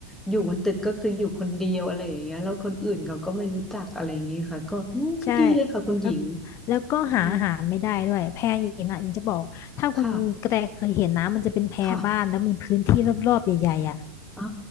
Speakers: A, in the centre; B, on the left (about 35°).
A: อยู่บนตึกก็คืออยู่คนเดียวอะไรอย่างเงี้ยแล้วคนอื่นเราก็ไม่รู้จักอะไรอย่างเงี้ยค่ะก็อืมก็ดีเลยค่ะคุณหญิง
B: ใช่แล้วแล้วก็หาอาหารไม่ได้ด้วยแพหญิงอ่ะหญิงจะบอกถ้าคุณกระแตเคยเห็นนะมันจะเป็นแพบ้านแล้วมีพื้นที่รอบๆใหญ่ๆอ่ะ
A: อืมค่ะค่ะอ่า